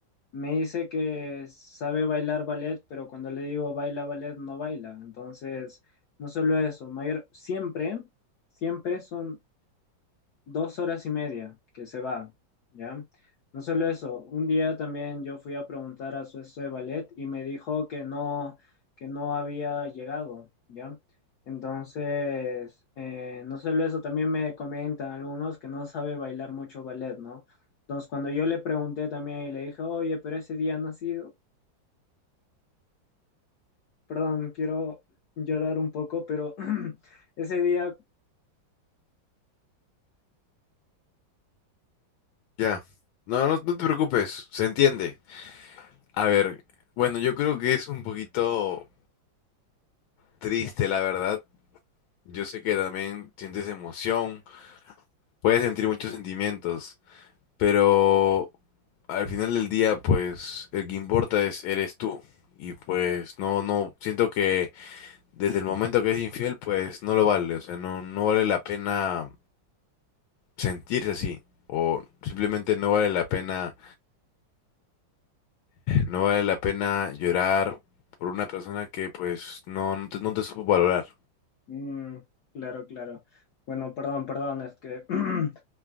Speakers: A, on the left; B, on the left.
A: Me dice que sabe bailar ballet, pero cuando le digo baila ballet, no baila. Entonces, no solo eso, mayor, siempre, siempre son dos horas y media que se va, ¿ya? No solo eso, un día también yo fui a preguntar a su estudio de ballet y me dijo que no, que no había llegado, ¿ya? Entonces, eh, no solo eso, también me comentan algunos que no sabe bailar mucho ballet, ¿no? Entonces, cuando yo le pregunté también y le dije, oye, pero ese día no ha sido, perdón, quiero llorar un poco, pero <clears throat> ese día,
B: Ya. No, no, no te preocupes, se entiende. A ver, bueno, yo creo que es un poquito triste, la verdad. Yo sé que también sientes emoción, puedes sentir muchos sentimientos, pero al final del día, pues, el que importa es eres tú. Y pues no, no, siento que desde el momento que es infiel, pues no lo vale, o sea, no, no vale la pena sentirse así, o simplemente no vale la pena, no vale la pena llorar por una persona que pues no, no te, no te supo valorar.
A: mm, claro, claro. Bueno, perdón, perdón, es que <clears throat>